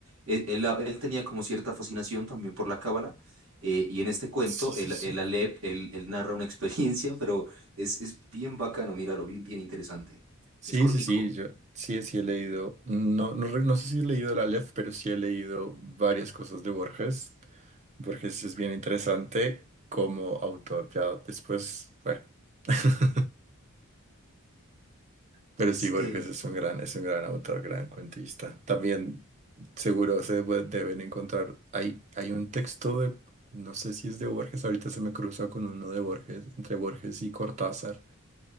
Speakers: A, on the right (about 70°); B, on the right (about 30°).
A: Él, él- él tenía como cierta fascinación también por la cábala. eh, y en este cuento,
B: sí, sí,
A: el,
B: sí.
A: el Aleph, él, él narra una experiencia, <laughs> pero es, es bien bacano, míralo, bien, bien interesante.
B: Sí,
A: Es cortico.
B: sí, sí, yo sí, sí he leído, no, no, re- no sé si he leído el Aleph, pero sí he leído varias cosas de Borges. Borges es bien interesante como autor, ya después, bueno. <laughs> Pero sí, Borges
A: Eh,
B: es un gran, es un gran autor, gran cuentista. También seguro se debe- deben encontrar. Hay, hay un texto de, no sé si es de Borges, ahorita se me cruza con uno de Borges, entre Borges y Cortázar.